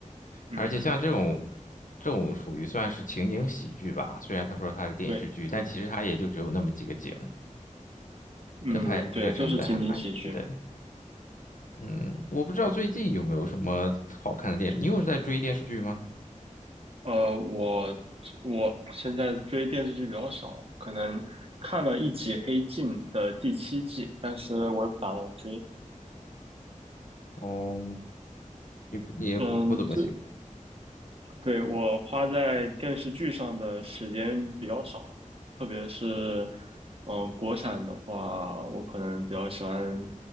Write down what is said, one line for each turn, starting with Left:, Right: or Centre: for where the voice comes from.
Right: 嗯，
Left: 而且像这种。这种属于算是情景喜剧吧，虽然他说他是电视剧，
Right: 对，
Left: 但其实他也就只有那么几个景。
Right: 嗯，
Left: 那拍摄成本还蛮低的。
Right: 对，就是情景喜剧。
Left: 嗯，我不知道最近有没有什么好看的电视，你有是在追电视剧吗？
Right: 呃，我我现在追电视剧比较少，可能看了一集《黑镜》的第七季，但是我也不打算追。
Left: 哦，你不你也不不怎么喜，
Right: 嗯，最对，我花在电视剧上的时间比较少，特别是，嗯、国产的话，我可能比较喜欢，